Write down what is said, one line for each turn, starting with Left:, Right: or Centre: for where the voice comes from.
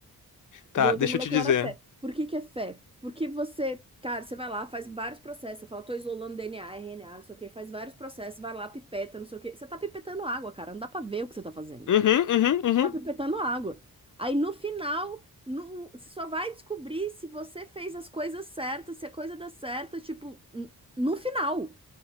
Left: Tá,
Right: Biologia
Left: deixa
Right: molecular
Left: eu te dizer.
Right: é fé. Por que que é fé? Porque você, cara, você vai lá, faz vários processos, você fala, tô isolando DNA, RNA, não sei o quê, faz vários processos, vai lá, pipeta, não sei o quê. Você tá pipetando água, cara, não dá pra ver o que você tá fazendo.
Left: Uhum, uhum, uhum.
Right: Tá pipetando água. Aí no final, no- você só vai descobrir se você fez as coisas certas, se a coisa dá certo, tipo, n- no final.